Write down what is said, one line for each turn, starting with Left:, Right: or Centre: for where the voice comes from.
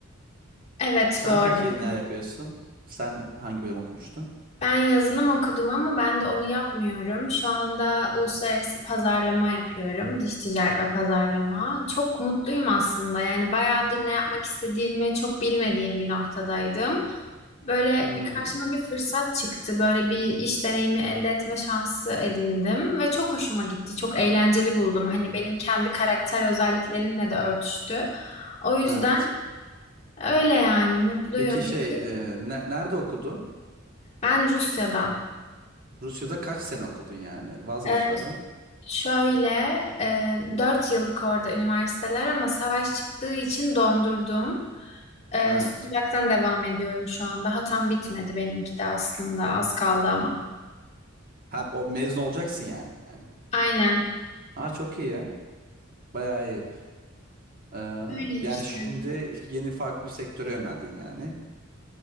Left: Evet
Right: Sen
Left: bu arada.
Right: peki neler yapıyorsun? Sen hangi bölüm okumuştun?
Left: Ben yazılım okudum ama ben de onu yapmıyorum. Şu anda uluslararası pazarlama yapıyorum. Dış ticaret ve pazarlama. Çok mutluyum aslında. Yani bayağıdır ne yapmak istediğimi çok bilmediğim bir noktadaydım. Böyle
Right: Hmm,
Left: bir karşıma bir fırsat çıktı. Böyle bir iş deneyimi elde etme şansı edindim ve çok hoşuma gitti. Çok eğlenceli buldum. Hani benim kendi karakter özelliklerimle de örtüştü. O yüzden
Right: evet.
Left: öyle yani mutluyum.
Right: Peki şey
Left: Peki
Right: e, ne- nerede okudun?
Left: ben Rusya'da.
Right: Rusya'da kaç sene okudun yani vazgeçmeden?
Left: Ee, şöyle e, 4 yıllık orada üniversiteler ama savaş çıktığı için dondurdum. Ee,
Right: Evet.
Left: sıcaktan devam ediyorum şu anda. Daha tam bitmedi benimki de aslında. Az kaldı ama.
Right: Ha, o mezun olacaksın yani.
Left: Aynen.
Right: Aa çok iyi ya. Bayağı iyi. Ee,
Left: Öyle işte.
Right: yani şimdi yeni farklı bir sektöre yöneldin yani.